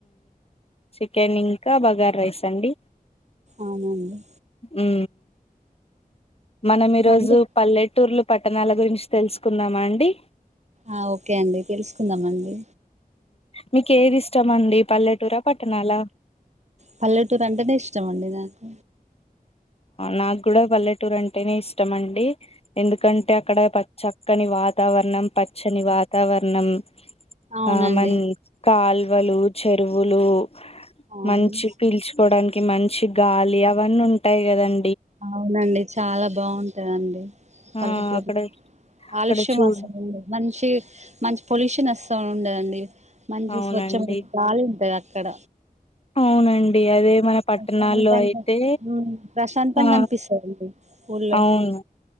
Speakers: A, on the left; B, on the right.
A: చికెన్ ఇంకా బగార్ రైస్ అండి
B: అవునండి
A: ఊ మనం ఈరోజు
B: మళ్ళీ
A: పల్లెటూర్లు పట్టణాల గురించి తెలుసుకుందామా అండి
B: ఆ ఓకే అండి తెలుసుకుందమ్ అండి
A: మీకు ఏది ఇష్టం అండి పల్లెటూరా పట్టణాల
B: పల్లెటూరు అంటేనే ఇష్టం అండి నాకు
A: నాకు కూడా పల్లెటూరు అంటేనే ఇష్టమండి ఎందుకంటే అక్కడ ప చక్కని వాతావరణం పచ్చని వాతావరణం
B: అవునండి
A: ఆ మన కాల్వలు చెరువులు
B: అవును
A: మంచి పీల్చుకోవడానికి మంచి గాలి అవన్నీ ఉంటాయి కదండి
B: అవునండి చాలా బాగుంటాందండి పల్లెటూరులో
A: ఆ అక్కడ
B: కాలుష్యం
A: అక్కడ చూడ్
B: వస్తుందండి మంచి మంచి పొల్యూషన్ వస్తు సౌండ్ ఉండదండి మంచి
A: అవునండి
B: స్వచ్ఛమ గల ఉంటది అక్కడ
A: అవునండి అదే మన పట్టణాల్లో
B: ప్రశాంతంగా
A: అయితే
B: ఉమ్ ప్రశాంతంగా
A: ఆ
B: అనిపిస్తదండి ఊళ్ళో
A: అవును